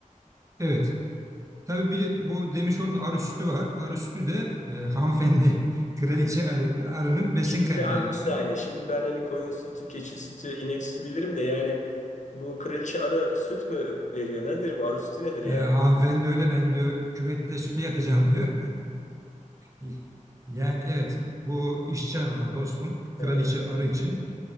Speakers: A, on the right; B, on the left.
A: evet. Tabii bir de bu demiş onun arı sütü var. Arı sütü de e, hanımefendi, <laughs> kraliçe arı- arının besin
B: Şimdi
A: kaynağı
B: abi
A: dostum.
B: bir saniye. Şimdi ben hani koyun sütü, keçi sütü, inek sütü bilirim de yani bu kraliçe arı süt mü veriyor? Nedir bu? Arı sütü nedir
A: E,
B: yani?
A: hanımefendi öyle ben diyor küvette süte yatacağım diyor. <laughs> Yani evet bu işçi arılar dostum, kraliçe
B: Evet,
A: arı için.